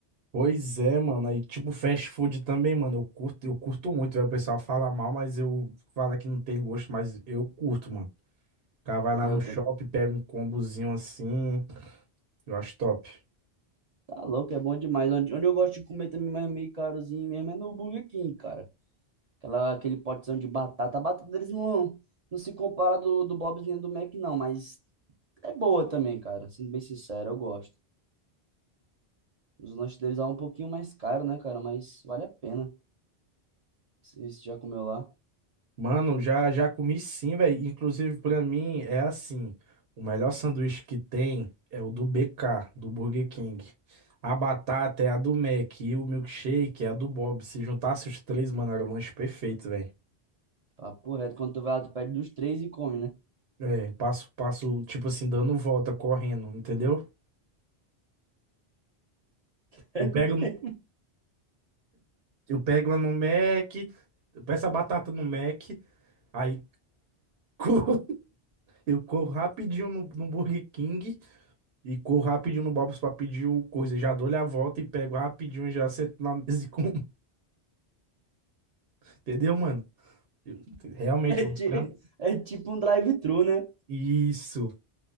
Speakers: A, on the right; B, on the right.
A: Pois é, mano. Aí, tipo, fast food também, mano. Eu curto, eu curto muito, velho. O pessoal fala mal, mas eu fala que não tem gosto, mas eu curto, mano. O cara vai lá
B: Eu
A: no shopping,
B: tô.
A: pega um combozinho assim. Eu acho top.
B: Tá louco, é bom demais. Onde, onde eu gosto de comer também, mas é meio carozinho mesmo, é no Burger King, cara. Aquela, aquele potezão de batata. A batata deles não, não se compara do, do Bob's nem do Mac, não, mas é boa também, cara. Sendo bem sincero, eu gosto. Os lanches deles é um pouquinho mais caro, né, cara? Mas vale a pena. Se se já comeu lá.
A: Mano, já, já comi sim, velho. Inclusive, pra mim, é assim. O melhor sanduíche que tem é o do BK, do Burger King. A batata é a do Mac e o milkshake é a do Bob. Se juntasse os três, mano, era o lanche perfeito, velho.
B: Papo reto, quando tu vai lá, tu pede dos três e come, né? <laughs>
A: É, passo, passo, tipo assim, dando volta, correndo, entendeu?
B: É
A: Eu pego,
B: mesmo.
A: no- eu pego uma no Mac, eu peço a batata no Mac, aí <laughs> corro- eu corro rapidinho no, no Burger King e corro rapidinho no Bob's pra pedir o coisa. Já dou-lhe a volta e pego rapidinho e já sento na mesa e como. <laughs> Entendeu, mano? Eu- realmente,
B: É,
A: mano.
B: ti-
A: pra mim-
B: é tipo um drive-thru, né?
A: Isso.